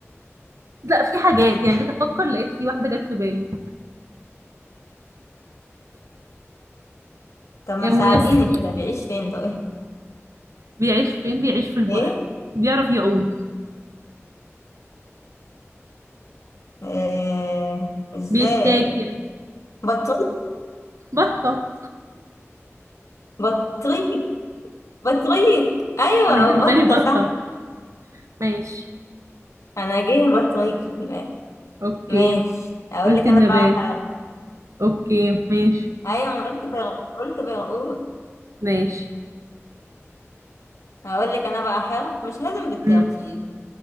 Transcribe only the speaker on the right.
لا في حاجات يعني جيت افكر لقيت في واحده جت في بالي
يا
ميسر
بيعيش فين بيعيش في البحر
بيعرف يعوم
بيتاكل
بطه
انا جه في بالي
بطه
ماشي
اوكي
قلت
النبات
اوكي ماشي
ماشي
مم.